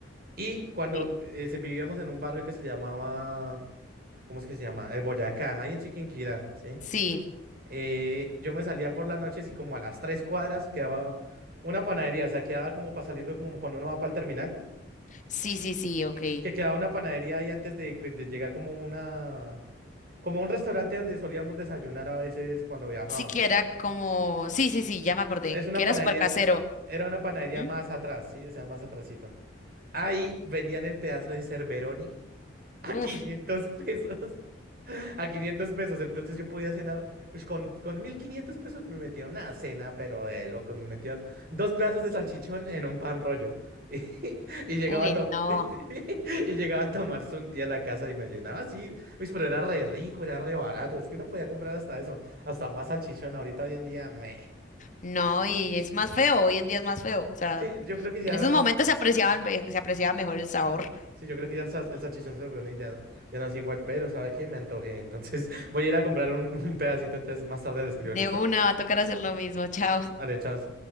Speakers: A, on the right; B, on the left.
A: Y cuando
B: Sí.
A: eh, se- vivíamos en un barrio que se llamaba, ¿cómo es que se llama? El Boyacá, ahí en Chiquinquirá, ¿sí?
B: Sí,
A: Eh, yo me salía por las noches y como a las tres cuadras quedaba una panadería, o sea, quedaba como para saliendo como cuando uno va para el terminal,
B: sí, sí, sí, ok.
A: y que que quedaba una panadería ahí antes de, de llegar como una, como un restaurante donde solíamos desayunar a veces cuando viajábamos.
B: Sí que era como... Sí, sí, sí, ya me acordé.
A: Es una
B: Que era
A: panadería,
B: súper casero.
A: era una panadería
B: Ujú.
A: más atrás, sí, o sea, más atrasito. Ahí vendían el pedazo de Cerberoni <laughs> a
B: Uf,
A: 500 pesos. <laughs> A 500 pesos, entonces yo podía cenar, ush, con, con 1500 pesos me metía una cena, pero de locos, me metía dos pedazos de salchichón en un pan rollo. <laughs> Y, y llegaba
B: uy,
A: a tomar
B: no.
A: <laughs> y llegaba a tomarse un día a la casa y me llenaba así, uy, pero era re rico, era re barato, es que uno podía comprar hasta eso, hasta más salchichón ahorita hoy en día, me.
B: No, y es más feo. Hoy en día es más feo. O sea,
A: Sí, yo creo que ya
B: en esos momentos se apreciaban, ve- se apreciaba mejor el sabor.
A: Sí, yo creo que ya el, sa- el salchichón Sofroni ya, ya no es igual, pero sabes qué? Me antojé. Entonces <laughs> voy a ir a comprar un, un pedacito, entonces más tarde le escribo, ¿listo?
B: De una va a tocar hacer lo mismo. Chao.
A: Ah, Le echas